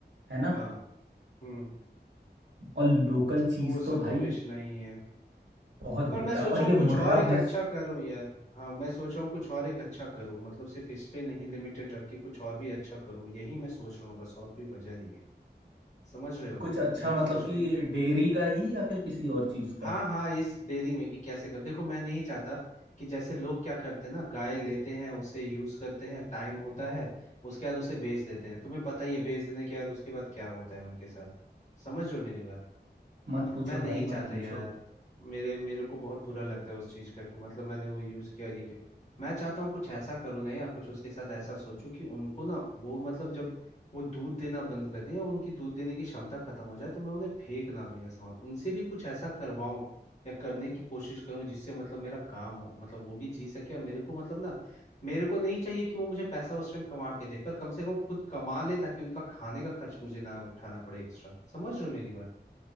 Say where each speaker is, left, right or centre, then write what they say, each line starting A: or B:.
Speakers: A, on the right; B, on the left.
A: है ना
B: हाँ हम्म
A: और लोकल चीज़
B: तो वो
A: तो
B: सब
A: भाई
B: तो बेचना ही है
A: बहुत
B: पर
A: बिकता
B: मैं सोच
A: है और
B: रहा
A: ये
B: हूँ कुछ
A: मुर्रा
B: और एक
A: भैंस
B: अच्छा करूँ यार हाँ मैं सोच रहा हूँ कुछ और एक अच्छा करूँ मतलब सिर्फ इस पे नहीं लिमिटेड रख के कुछ और भी अच्छा करूँ यही मैं सोच रहा हूँ बस और कोई वजह नहीं है समझ रहे हो
A: कुछ अच्छा
B: यही
A: मतलब
B: सोचने
A: कि डेयरी का ही या फिर किसी और चीज़ का
B: हाँ हाँ इस डेयरी में कि कैसे कर देखो मैं नहीं चाहता कि जैसे लोग क्या करते हैं ना गाय लेते हैं उसे यूज करते हैं टाइम होता है उसके बाद उसे बेच देते हैं तुम्हें पता ही है बेच देने के बाद उसके बाद क्या होता है उनके साथ समझ रहे हो मेरी बात
A: मत पूछो
B: मैं नहीं
A: भाई
B: चाहता
A: मत पूछो
B: यार मेरे मेरे को बहुत बुरा लगता है उस चीज़ का कि मतलब मैंने वो यूज़ किया और ये किया मैं चाहता हूँ कुछ ऐसा करूँ ना यार कुछ उसके साथ ऐसा सोचूं कि उनको ना वो मतलब जब वो दूध देना बंद कर दें या उनकी दूध देने की क्षमता खत्म हो जाए तो मैं उन्हें फेंक ना दूं या सामान उनसे भी कुछ ऐसा करवाऊं या करने की कोशिश करूं जिससे मतलब मेरा काम हो मतलब वो भी जी सके और मेरे को मतलब ना मेरे को नहीं चाहिए कि वो मुझे पैसा उस टाइम कमा के दे पर कम से कम खुद कमा ले ताकि उनका खाने का खर्च मुझे ना उठाना पड़े एक्स्ट्रा समझ रहे हो मेरी बात